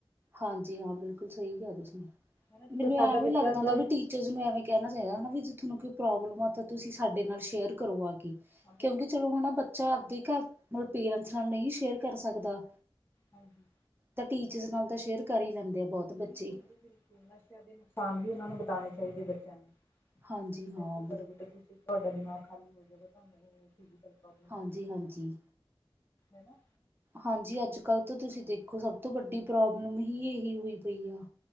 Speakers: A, on the right; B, on the left.
A: ਹਾਂਜੀ ਹਾਂ ਬਿਲਕੁਲ ਸਹੀ ਕਿਹਾ ਤੁਸੀ।
B: ਹਨਾ ਜਿੱਦਾਂ
A: ਮੈਨੂੰ
B: ਸਾਡਾ
A: ਐਹ ਵੀ
B: ਬੱਚਾ
A: ਲੱਗਦਾ ਹੁੰਦਾ
B: ਗ਼ਲਤ
A: ਵੀ ਟੀਚਰਸ ਨੂੰ ਐਵੇਂ ਕਹਿਣਾ ਚਾਹੀਦਾ ਹਨਾ ਵੀ ਜੇ ਤੁਹਾਨੂੰ ਕੋਈ ਪ੍ਰੋਬਲਮ ਆ ਤਾਂ ਤੁਸੀ ਸਾਡੇ ਨਾਲ ਸ਼ੇਅਰ ਕਰੋ ਆ ਕੇ।
B: ਹਾਂ ਬਿਲਕੁਲ
A: ਕਿਉਕਿ ਚਲੋ
B: ਬਿਲਕੁਲ
A: ਹਨਾ ਬੱਚਾ ਆਪਦੀ ਘਰ ਮਤਲਬ ਪੇਰੈਂਟਸ ਨਾਲ ਨਹੀਂ ਸ਼ੇਅਰ ਕਰ ਸਕਦਾ।
B: ਹਾਂਜੀ।
A: ਤਾਂ ਟੀਚਰਸ ਨਾਲ ਤਾਂ ਸ਼ੇਅਰ ਕਰ ਹੀ ਲੈਂਦੇ ਆ ਬਹੁਤ।
B: ਬਿਲਕੁਲ
A: ਬੱਚੇ।
B: ਜੀ ਬਿਲਕੁਲ ਨਸ਼ਿਆਂ ਦੇ ਨੁਕਸਾਨ ਵੀ ਉਨ੍ਹਾਂ ਨੂੰ ਬਿਤਾਣੇ ਚਾਹੀਦੇ ਬੱਚਿਆਂ ਨੂੰ।
A: ਹਾਂਜੀ
B: ਤੁਸੀਂ
A: ਹਾ ਬਿਲਕੁਲ।
B: <inaudible> ਤੁਹਾਡਾ ਦਿਮਾਗ ਖਾਲੀ ਹੋ ਜਾਵੇਗਾ ਤੁਹਾਨੂੰ ਫਿਜ਼ੀਕਲ ਪ੍ਰੋਬਲਮ
A: ਹਾਂਜੀ-ਹਾਂਜੀ।
B: ਹੋ ਜਾਵੇਗੀ ਹਨਾ
A: ਹਾਂਜੀ ਅੱਜ-ਕੱਲ੍ਹ ਤਾਂ ਤੁਸੀਂ ਦੇਖੋ ਸਭ ਤੋਂ ਵੱਡੀ ਪ੍ਰੋਬਲਮ ਹੀ ਇਹੀ ਹੋਈ ਪਈ ਆ।